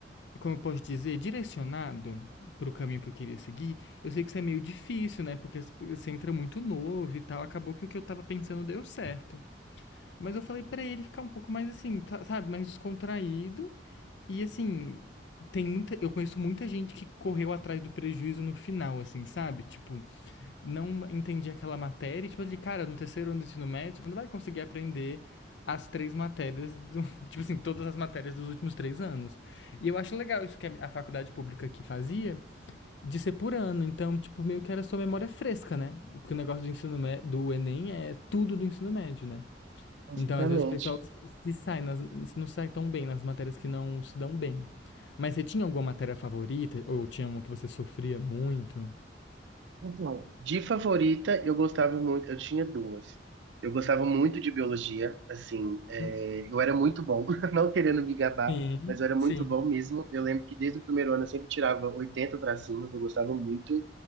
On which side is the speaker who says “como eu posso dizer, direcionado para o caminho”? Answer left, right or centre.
Left